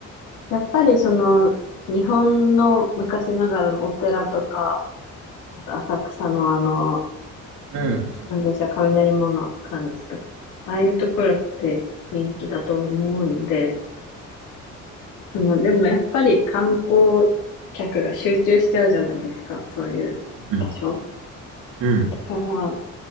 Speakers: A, on the left; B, on the right.
A: やっぱりその、日本の昔ながらのお寺とか、あと浅草のあの、
B: うん。
A: なんでしょう、雷門の感じとか、ああいうところって人気だと思うんで、その、でもやっぱり観光客が集中しちゃうじゃないですか、そういう場所。
B: うん。うん
A: だから、